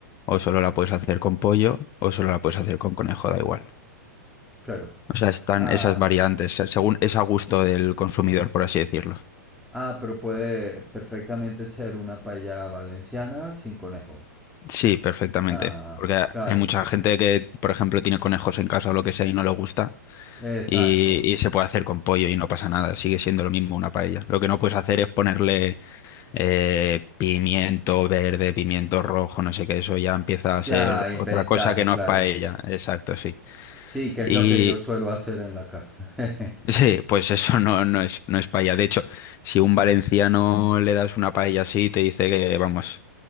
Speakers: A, on the left; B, in the centre.
A: o solo la puedes hacer con pollo, o solo la puedes hacer con conejo, da igual.
B: Claro.
A: O sea, están
B: Ah.
A: esas variantes, se- según es a gusto del consumidor, por así decirlo.
B: Ah, pero puede perfectamente ser una paella valenciana sin conejo.
A: Sí, perfectamente.
B: Ah,
A: Porque
B: claro.
A: hay mucha gente que, por ejemplo, tiene conejos en casa o lo que sea y no le gusta
B: Exacto.
A: y, y se puede hacer con pollo y no pasa nada, sigue siendo lo mismo una paella. Lo que no puedes hacer es ponerle eh, pimiento verde, pimiento rojo, no sé qué, eso ya empieza a
B: Ya
A: ser
B: inventar,
A: otra cosa que no
B: claro.
A: es paella. Exacto, sí.
B: Sí, que es
A: Y
B: lo que yo suelo hacer en la casa. <laughs>
A: sí, pues eso no, no es, no es paella. De hecho, si un valenciano le das una paella así, te dice que, vamos.